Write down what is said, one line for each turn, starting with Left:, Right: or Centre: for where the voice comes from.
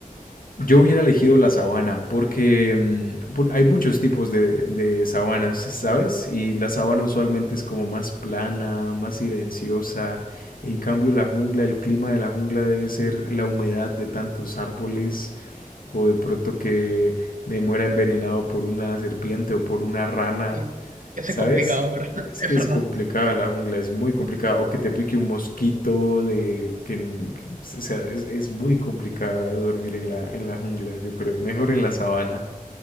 Left: Yo hubiera elegido la sabana porque mm, por- hay muchos tipos de, de sabanas, ¿sabes? Y la sabana usualmente es como más plana, más silenciosa. En cambio, la jungla, el clima de la jungla debe ser la humedad de tantos árboles o de pronto que me muera envenenado por una serpiente o por una rana.
Right: Sí, eso
Left: ¿Sabes?
Right: es complicado, es ¿verdad?
Left: Es
Right: <laughs>
Left: que
Right: Es
Left: es
Right: verdad.
Left: complicada la jungla, es muy complicada. O que te pique un mosquito de que, n- que- o sea, es, es muy complicado dormir en la, en la jungla, yo creo. Mejor en la sabana.